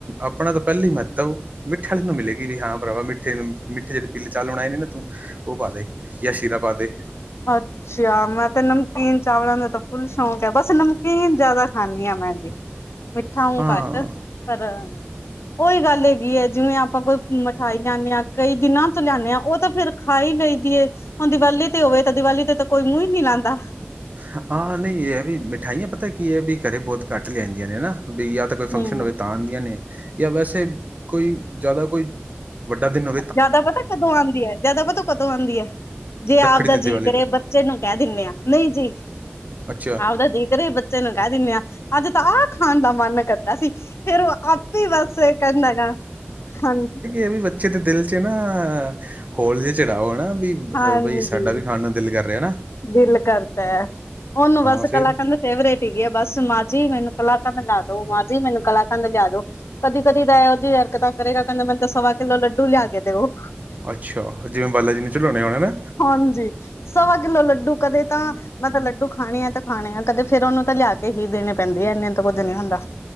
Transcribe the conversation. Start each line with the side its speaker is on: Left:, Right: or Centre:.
Right: ਆਪਣਾ ਤਾਂ ਪਹਿਲੀ ਹੀ ਮਹੱਤਵ ਮਿੱਠੇ ਵਾਲੀ ਨੂੰ ਮਿਲੇਗੀ ਵੀ ਹਾਂ ਭਰਾਵਾ ਮੀ ਮਿੱਠੇ- ਮਿੱਠੇ ਜਿਹੜੇ ਪੀਲੇ ਚਾਲ ਬਣਾਏ ਨੇ ਨਾ ਤੂੰ, ਉਹ ਪਾ ਦੇ ਜਾਂ ਸ਼ੀਰਾ ਪਾ ਦੇ
Left: ਅੱਛਾ ਅੱਛਾ ਮੈਂ ਤੇ ਨਮਕੀਨ ਚਾਵਲਾਂ ਦਾ ਤਾਂ ਫੁੱਲ ਸ਼ੌਕ ਹੈ ਬਸ ਨਮਕੀਨ ਜਿਆਦਾ ਖਾਂਨੀ ਆ ਮੈਂ ਜੀ, ਮਿੱਠਾ ਊ
Right: ਹਾਂ
Left: ਘੱਟ ਪਰ ਉਹੀ ਗੱਲ ਹੈਗੀ ਐ, ਜਿਵੇਂ ਆਪਾਂ ਕੋਈ ਮਿਠਾਈ, ਲਿਆਨੇ ਹਾਂ, ਕਈ ਦਿਨਾਂ ਤੋਂ ਲਿਆਨੇ ਹਾਂ, ਉਹ ਤਾਂ ਫੇਰ ਖਾਈ ਲਈ ਦੀਏ, ਹੁਣ ਦੀਵਾਲੀ ਤੇ ਹੋਵੇ ਦੀਵਾਲੀ ਤੇ ਕੋਈ ਮੂੰਹ ਈ ਨੀ ਲਾਂਦਾ।
Right: ਹਾਂ-ਹਾਂ, ਨਹੀਂ ਇਹ ਵੀ ਮਿਠਾਈਆਂ ਪਤਾ ਕੀ ਐ ਵੀ ਘਰੇ ਬਹੁਤ ਘੱਟ ਲਿਆਂਦੀਆਂ ਨੇ ਹਨਾ ਵੀ ਜਾਂ ਤਾਂ, ਕੋਈ ਫੰਕਸ਼ਨ
Left: ਹੂੰ
Right: ਹੋਏ ਤਾਂ ਆਂਦੀਆਂ ਨੇ, ਯਾ ਵੈਸੇ, ਕੋਈ ਜਾਦਾ ਕੋਈ ਵੱਡਾ ਦਿਨ ਹੋਏ
Left: ਜਾਦਾ ਪਤਾ ਕਦੋਂ ਆਂਦੀ ਐ, ਜਾਦਾ ਪਤਾ ਕਦੋਂ ਆਂਦੀ ਐ, ਜੇ ਆਪਦਾ
Right: ਰੱਖੜੀ ਤੇ ਦੀਵਾਲੀ
Left: ਜੀ ਕਰੇ
Right: ਤੇ
Left: ਬੱਚੇ ਨੂੰ ਕੈ ਦੇਨੇ ਆਂ, ਨਹੀਂ ਜੀ,
Right: ਅੱਛਾ
Left: ਆਪਦਾ ਜੀ ਕਰੇ ਬੱਚੇ ਚੇ ਨੂੰ ਕੈ ਦੇਨੇ ਆਂ, ਅੱਜ ਤਾਂ ਆਹ ਖਾਨ ਦਾ ਮਾੰਨ ਕਰਦਾ ਸੀ। ਫੇਰ ਓ ਆਪੇ ਈ ਬਾੱਸ ਕੈਂਦਾ ਹੈਗਾਂ, ਹਾਂਜੀ।
Right: ਏਵੀ ਬੱਚੇ ਦੇ ਦਿਲ ਚ ਨਾ, ਹੋਲ ਜੇ ਚੜਾਓ ਹਨਾ ਵੀ। ਬ
Left: ਹਾਂਜੀ
Right: ਬਈ ਸਾਡਾ ਵੀ ਖਾਨ ਨੂੰ ਦਿਲ ਕਾਰ ਰੇਐ, ਹਨਾ।
Left: ਦਿਲ ਕਰਦੈ, ਓਨੂੰ ਬਾੱਸ
Right: ਫਿਰ
Left: ਕਲਾਕਂਦ ਫੇਵਰੇਟ ਹੀਗੀ ਆ ਬਾੱਸ ਮਾਜੀ ਮੈਨੂੰ ਕਲਾਕੰਦ ਲਾ ਦੋ, ਮਾਜੀ ਮੈਨੂੰ ਕਲਾਕੰਦ ਲੇਆ ਦੋ। ਕਦੀ-ਕਦੀ ਤਾ ਐਓ ਜੀ ਹਰਕਤਾਂ ਕਰੇਗਾ, ਕੈਂਦਾ ਮੈਂਨ ਤਾ ਸਵਾ ਕਿੱਲੋ ਲੱਡੂ ਲੇਆ ਕੇ ਦੇਓ।
Right: ਅੱਛਾ, ਜਿਵੇਂ ਬਾਲਾ ਜੀ ਨੂ ਚਡਾਉਨੇ ਹੋਨ ਨਾ।
Left: ਹਾਂਜੀ। ਸਵਾ ਕਿੱਲੋ ਲੱਡੂ ਕਦੇ ਤਾਂ ਮੈਂ ਤਾਂ ਲੱਡੂ ਖਾਣੇ ਐ ਤੇ ਖਾਣੇ ਐ, ਕਦੇ ਫੇਰ ਓਨੂੰ ਤੇ ਲੇਆ ਕੇ ਹੀ ਦੇਨੇ ਪੈਂਦੇ ਐ, ਏਨੇ ਤਾ ਕੁੱਝ ਨੀ ਹੁੰਦਾ।